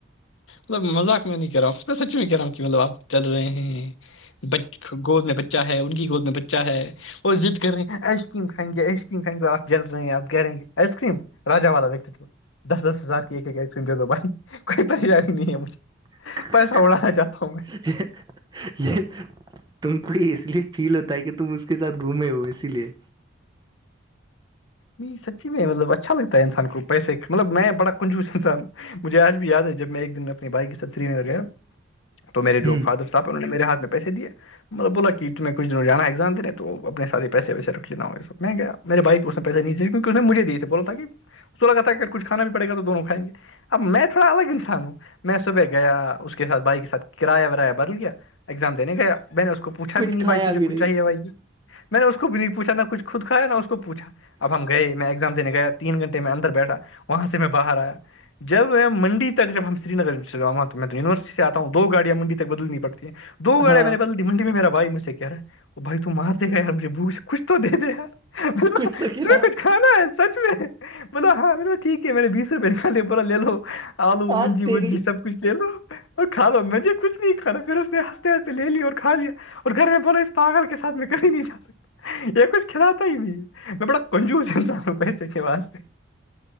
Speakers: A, on the left; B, on the right.
A: مطلب مذاق میں نہیں کہہ رہا ہوں پ سچی میں کہہ رہا ہوں کہ مطلب آپ چل رہے ہیں ب گود میں بچہ ہے ان کی گود میں بچہ ہے اور ضد کر رہی ہیں آئس کریم کائیں گے آئس کریمھائیں گے آپ جل رہے ہیں آ گہ رہیں گے آئس کریم را والا وتو دس دس ہزار کی ایک ایک آئس کریم دے دو بھائی کوئی پریشانی نہیں ہے مجھے
B: ہ <unintelligible>
A: پیسہ اڑانا چاہتا ہوں میں
B: یہ تم کو اس لیے فیل ہوتا ہے کہ تم اس کے ساتھ گھومے ہو اسی لیے
A: نہیں سچی میں مطلب اچھا لگتا ہے انسان کو پیسے مطلب میں بڑا کنجوس انسان مجھے آج بھی یاد ہے جب میں ایک دن اپنے بھائی کے ساتھ سری نگر گیا تو میرے جو
B: ہ
A: فادر پاپا نے میرے ہاتھ پیسے مطلب بولا کہ تمہیں کچھنوں جاگزام دینے تو اپنے سات ہی پیے ویسے رکھ لینا ہو یہ سب میں گیا میرے بائی کو پیسہ نہیںے کیکہ نے مجھے دیے بولا تھا کہ اس کو لگا تھا کہ کچھانا بھی پڑ گا تو دونوں کھائیں گے اب میں تھوڑا الگ انسان ہوں میں صبح گیا اس کے ساتھ بائک کے ساتھ کرایہ ورایہ بد گیا ایگزام دینے گیا میں نے اس کووھا
B: کچھ
A: بھی نہیں
B: کھایا
A: بائی تجھے
B: بھی
A: کچ
B: نہیں
A: چاہیے بھائی یہ میں نے اس کو بھی نہیں پوھا نہ کچ خود کایا نہ اس کووھا اب ہم گئے میں ایگزام دینے گیا تین گھنٹے میں اندر بیٹھا وہاں سے میں باہر آیا جب منڈی تک جب ہم سرینگر چلوا تو میں تو یونیورسٹی سے آتا ہوں دو گاڑیاں مڈی تک بدلنی پڑتی دو گاڑ
B: ہاں
A: م میں نے بت دی منی میں میرا بھائی مج سے کہہ رہ ہے وہ بائی تو مار د گا ار مجے بھوک سے کچ تو دے دےیار ت
B: کچھ تو کھلا
A: کچھ ہ نا سچ میں ب ہاں م ٹھیک ہے میں نے بیسو روپ لکھا د پورا لے لو آلو
B: آج
A: مجی
B: تیری
A: بجی سب کچھ لے لو اور کھاو مجھے کچھ نہیں کھانا پھر اس نے ہنستے ہنستے لے لییا اور کھا لیا اور گھر میں بولاو اس پاگل کے ساتھ میں کہھی نہیں جا سکتا یہ کچھ کھلاتا ہی نہیں میں بڑا کنجوس انسانوں پ سیکھے واسے